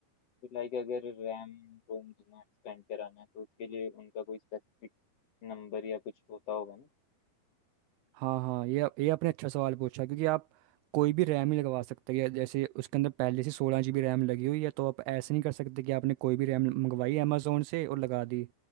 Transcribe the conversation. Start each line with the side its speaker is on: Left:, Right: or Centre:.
Left: तो लाइक अगर रैम रोम जितना एक्सपेंड कराना है तो उसके लिए उनका कोई स्पेसिफिक नंबर या कुछ होता होगा ना
Right: हाँ हाँ ये ये आपने अच्छा सवाल पूछा क्योंकि आप कोई भी रैम ही लगवा सकते हैं जैसे उसके अंदर पहले से सोलह जी बी रैम लगी हुई है तो आप ऐसे नहीं कर सकते कि आपने कोई भी रैम मंगवाई अमेज़ोन से और लगा दी